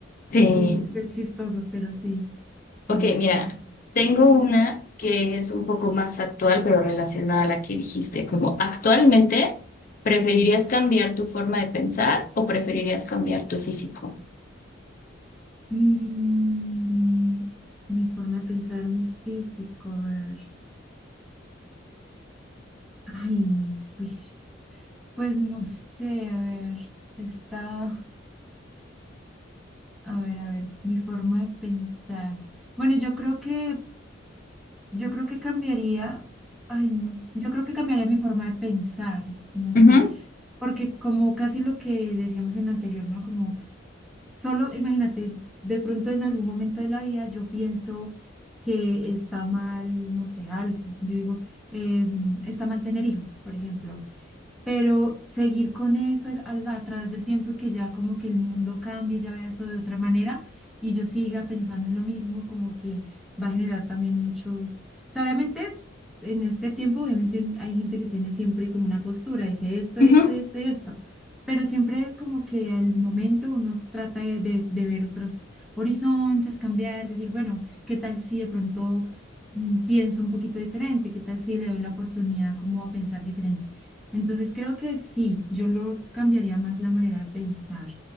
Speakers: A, on the left; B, in the centre.
A: sí.
B: sí, es chistoso, pero sí, tienes
A: Ok,
B: toda
A: mira,
B: la razón.
A: tengo una que es un poco más actual, pero relacionada a la que dijiste, como actualmente, ¿preferirías
B: Ok,
A: cambiar tu forma de pensar o preferirías cambiar tu físico?
B: Mm, mi forma de pensar, mi físico, a ver. Ay, pues, pues no sé, a ver, está, a ver, a ver, mi forma de pensar. Bueno, yo creo que, yo creo que cambiaría, ay, no, yo creo que cambiaría mi forma de pensar, no sé,
A: Ujú,
B: porque como casi lo que decíamos en la anterior, ¿no? Como Solo imagínate, de pronto en algún momento de la vida yo pienso que está mal, no sé, algo. Yo digo, em, está mal tener hijos, por ejemplo. Pero seguir con eso al- al- a través del tiempo y que ya como que el mundo cambie, ya vea eso de otra manera y yo siga pensando en lo mismo, como que va a generar también muchos, o sea, obviamente en este tiempo, obviamente un- hay gente que tiene siempre como una postura, dice esto, esto,
A: ujú.
B: esto y esto, pero siempre como que al momento uno trata de, de, de ver otros horizontes, cambiar, decir, bueno, ¿qué tal si de pronto mm, pienso un poquito diferente? ¿Qué tal si le doy la oportunidad como a pensar diferente? Entonces creo que sí, yo lo cambiaría más la manera de pensar